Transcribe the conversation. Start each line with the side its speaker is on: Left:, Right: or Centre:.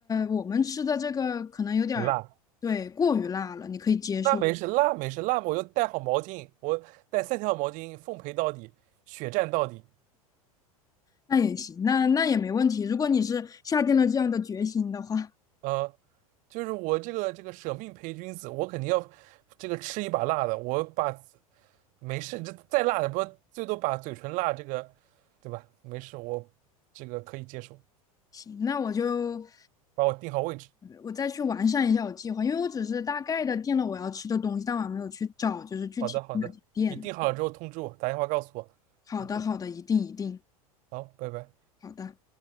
Left: 我们吃的这个可能有点儿，
Right: 辣，
Left: 对，过于辣了，你可以接受，
Right: 那没事，辣没事，辣嘛我就带好毛巾，我带三条毛巾，奉陪到底，血战到底。
Left: 那也行，那那也没问题。如果你是下定了这样的决心的话，
Right: 呃，就是我这个这个舍命陪君子，我肯定要这个吃一把辣的。我把没事，这再辣的不最多把嘴唇辣这个，对吧？没事，我这个可以接受。
Left: 行，那我就
Right: 把我定好位置。
Left: 我再去完善一下我计划，因为我只是大概的定了我要吃的东西，但我还没有去找就是具体哪些店。
Right: 好的，好的，你定好了之后通知我，打电话告诉我。
Left: 好的，
Right: 嗯，
Left: 好的，一定一定，
Right: 好，拜拜。
Left: 好的。